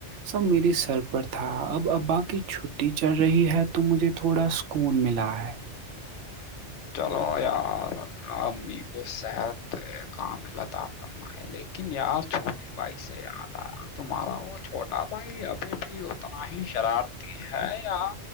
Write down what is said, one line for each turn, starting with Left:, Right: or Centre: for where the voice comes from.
Right: سب میرے سر پر تھا اب ابا کی چھٹی چل رہی ہے تو مجھے تھوڑا سکون ملا ہے
Left: چلو یار اللہ امی کو صحت کام اللہطاف فم لیکن یار چھوٹے بھائی سے یاد آیا تمہارا وہ چھوٹا بھائی ابھی بھی ہوتا ہی شرارتی ہے یا